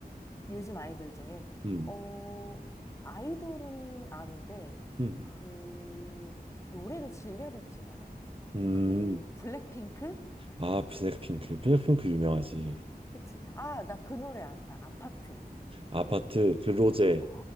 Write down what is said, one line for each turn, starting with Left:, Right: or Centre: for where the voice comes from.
Left: 요즘 아이돌 중에,
Right: 음,
Left: 어, 아이돌은 아는데,
Right: 음,
Left: 그, 노래를 즐겨 듣진 않아.
Right: 음.
Left: 그, 블랙핑크?
Right: 아, 블랙핑크, 블랙핑크 유명하지.
Left: 그치. 아, 나 그 노래 안다. 아파트.
Right: 아파트 근로제
Left: 어,